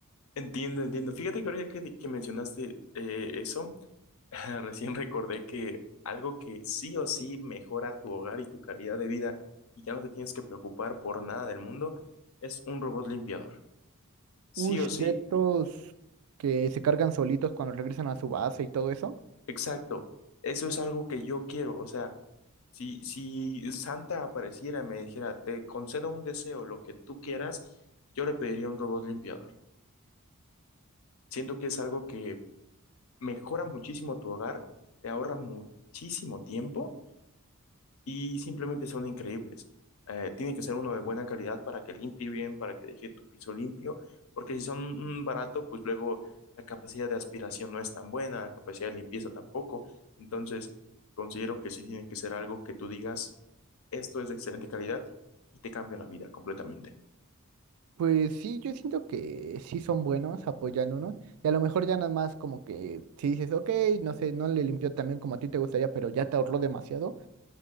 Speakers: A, on the left; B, on the right.
A: Entiendo, entiendo. Fíjate que ahorita que, que mencionaste eh, eso, <laughs> recién recordé que algo que sí o sí mejora tu hogar y tu calidad de vida y ya no te tienes que preocupar por nada del mundo es un robot limpiador. Sí
B: Ush,
A: o sí,
B: de estos que se cargan solitos cuando regresan a su base y todo eso.
A: exacto. Eso es algo que yo quiero. O sea, si, si Santa apareciera y me dijera, te concedo un deseo, lo que tú quieras, yo le pediría un robot limpiador. Siento que es algo que mejoran muchísimo tu hogar, te ahorran muchísimo tiempo y simplemente son increíbles. Eh, tiene que ser uno de buena calidad para que limpie bien, para que deje tu piso limpio, porque si son mm, barato, pues luego la capacidad de aspiración no es tan buena, la capacidad de limpieza tampoco. Entonces, considero que sí tiene que ser algo que tú digas, esto es de excelente calidad y te cambia la vida completamente.
B: Pues sí, yo siento que sí son buenos, apoyan unos. Y a lo mejor ya nada más como que si dices, ok, no sé, no le limpió tan bien como a ti te gustaría, pero ya te ahorró demasiado.